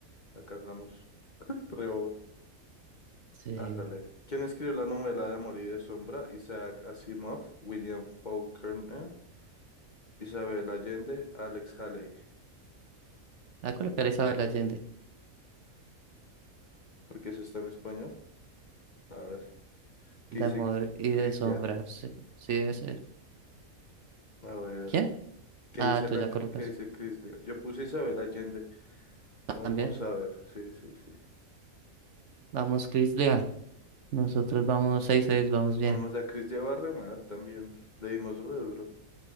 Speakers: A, on the left; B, on the right.
A: La cagamos. <laughs> Re
B: Sí.
A: Hágale. ¿Quién escribió la novela de Amor y de Sombra? Isaac Asimov, William Faulkner, Isabel Allende, Alex Haley.
B: A colocar a Isabel Allende.
A: ¿Por qué eso está en español? A ver, ¿qué
B: De
A: dice
B: amor y
A: Crislia?
B: de sombra. Sí, sí debe ser.
A: A ver,
B: ¿Quién?
A: ¿qué
B: Ah,
A: dice
B: tú
A: la
B: ya
A: qué
B: colocas.
A: dice Crislia? Yo puse Isabel Allende, como
B: También.
A: por saber. Sí, sí, sí.
B: Vamos, Chris Lea. Nosotros vamos seis seis vamos bien.
A: No, o sea, Crislia va re mal también. Le dimos re duro.